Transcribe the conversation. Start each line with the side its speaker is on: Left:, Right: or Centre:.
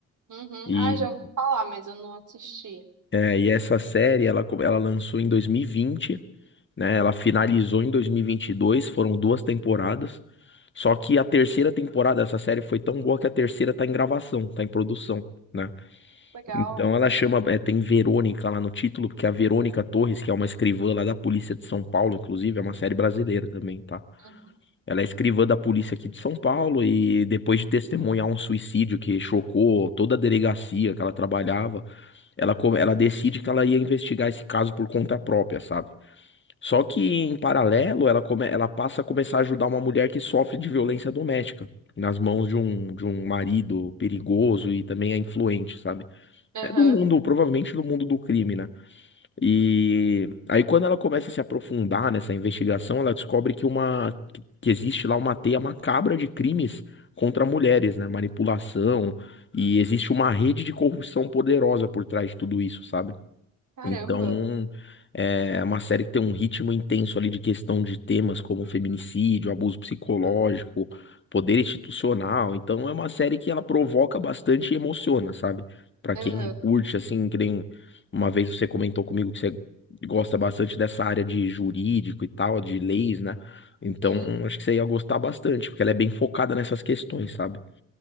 Right: Uhum.
Left: E,
Right: Ah, já ouvi falar, mas eu não assisti.
Left: é, e essa série, ela, co- ela lançou em 2020, né? Ela finalizou em 2022, foram duas temporadas. Só que a terceira temporada dessa série foi tão boa que a terceira tá em gravação, tá em produção, né?
Right: Legal.
Left: Então ela chama, é, tem Verônica lá no título, porque a Verônica Torres, que é uma escrivã lá da Polícia de São Paulo, inclusive, é uma série brasileira também, tá?
Right: Uhum.
Left: Ela é escrivã da polícia aqui de São Paulo e depois de testemunhar um suicídio que chocou toda a delegacia que ela trabalhava, ela, co- ela decide que ela ia investigar esse caso por conta própria, sabe? Só que em paralelo, ela, come- ela passa a começar a ajudar uma mulher que sofre de violência doméstica nas mãos de um, de um marido perigoso e também é influente, sabe?
Right: Aham.
Left: É do mundo, provavelmente do mundo do crime, né? E aí quando ela começa a se aprofundar nessa investigação, ela descobre que uma que que existe lá uma teia macabra de crimes contra mulheres, né? Manipulação, e existe uma rede de corrupção poderosa por trás de tudo isso, sabe?
Right: Caramba.
Left: Então, é uma série que tem um ritmo intenso ali de questão de temas como feminicídio, abuso psicológico, poder institucional. Então, é uma série que ela provoca bastante e emociona, sabe? Pra
Right: Aham.
Left: quem curte, assim, que nem uma vez você comentou comigo que você gosta bastante dessa área de jurídico e tal, de leis, né? Então,
Right: Sim.
Left: acho que você ia gostar bastante, porque ela é bem focada nessas questões, sabe?